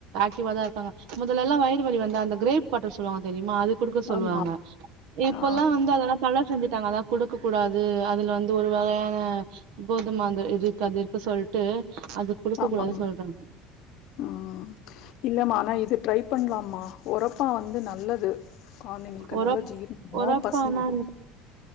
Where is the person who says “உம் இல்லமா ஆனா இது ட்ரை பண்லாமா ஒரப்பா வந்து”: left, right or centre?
Left